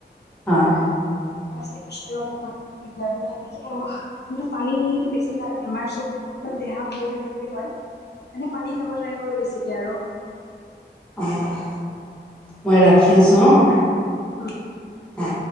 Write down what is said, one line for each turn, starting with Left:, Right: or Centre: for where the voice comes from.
Centre: হয়
Left: বহুত দিগদাৰ এনেকে আৰু সেইটো পানীটো বেছি খালে বেমাৰ চব মানে দেহা ভালে থাকে বুলি কয় এনে পানী খাব ট্ৰাই কৰো বেছিকে আৰু
Centre: অঁ মই ৰাখি আছোঁ অ
Left: উম
Centre: অ